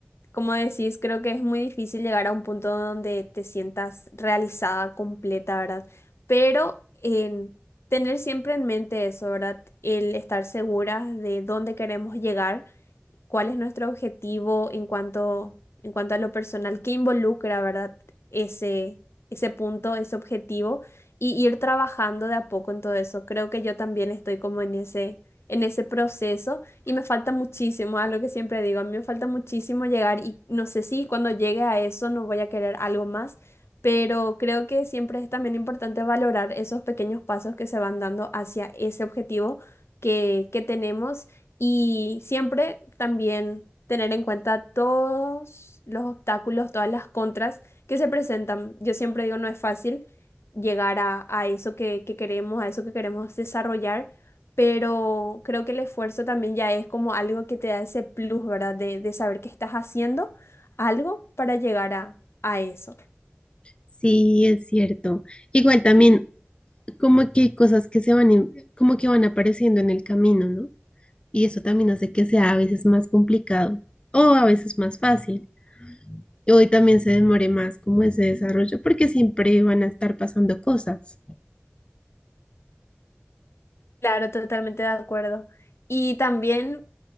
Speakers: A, on the left (about 85°); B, on the left (about 25°).
A: como decís, creo que es muy difícil llegar a un punto donde te sientas realizada, completa, ¿verdad? Pero en tener siempre en mente eso, ¿verdad? El estar segura de dónde queremos llegar cuál es nuestro objetivo en cuanto, en cuanto a lo personal, qué involucra, ¿verdad? Ese, ese punto, ese objetivo, y ir trabajando de a poco en todo eso. Creo que yo también estoy como en ese, en ese proceso y me falta muchísimo, algo que siempre digo, a mí me falta muchísimo llegar y no sé si cuando llegue a eso no voy a querer algo más. Pero creo que siempre es también importante valorar esos pequeños pasos que se van dando hacia ese objetivo que, que tenemos y siempre también tener en cuenta todos los obstáculos, todas las contras que se presentan. Yo siempre digo, no es fácil llegar a, a eso que, que queremos, a eso que queremos desarrollar, pero creo que el esfuerzo también ya es como algo que te da ese plus, ¿verdad? De, de saber que estás haciendo algo para llegar a, a eso.
B: Sí, es cierto. Igual también, como que hay cosas que se van, en- como que van apareciendo en el camino, ¿no? Y eso también hace que sea a veces más complicado o a veces más fácil. Y hoy también se demore más como ese desarrollo porque siempre van a estar pasando cosas.
A: Claro, totalmente de acuerdo. Y también